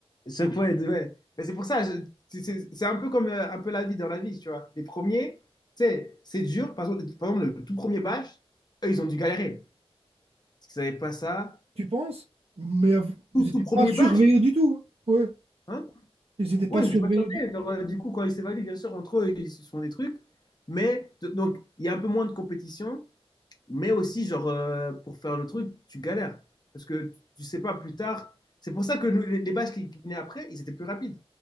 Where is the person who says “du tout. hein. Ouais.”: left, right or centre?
Right